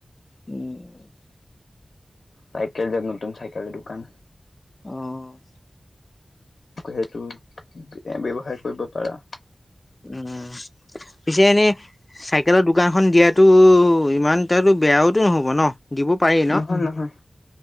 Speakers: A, on the left (about 25°); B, on the left (about 75°).
A: উম।
B: চাইকেল য দোব নহতুম চাইকেলৰ দ-দুকান
A: অ'।
B: সেইটো ব্যৱসায় কৰিব পাৰা।
A: উম। পিছে এনে চাইকেলৰ দোকানখন দিয়াতো ইমান তাতো বেয়াওতো নহ'ব ন। দিব পাৰিম।
B: নহয়, নহয়।